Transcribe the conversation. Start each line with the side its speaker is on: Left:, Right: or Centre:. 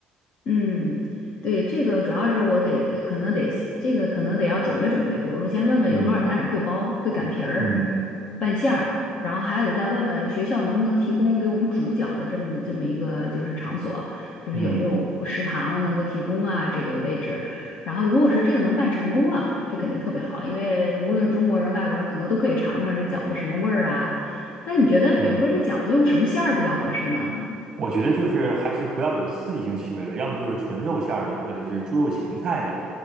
Left: 嗯，对，这个主要是我得可能得这个可能得要准备准备，比如说先问问有多少家长会包、
Right: 嗯
Left: 会擀皮儿、
Right: 嗯
Left: 拌馅儿，然后还得再问问学校能不能提供给我们煮饺子这么这么一个就是场所，就是有没有食堂能够提供啊这个位置。
Right: 嗯，
Left: 然后如果是这个能办成功了，这肯定特别好，因为无论中国人、外国人可能都可以尝尝这饺子什么味儿啊。但你觉得，比如说这饺子用什么馅儿比较合适呢？
Right: 对，我觉得就是还是不要有刺激性气味的，要么就是纯肉馅儿的，或者是猪肉芹菜的，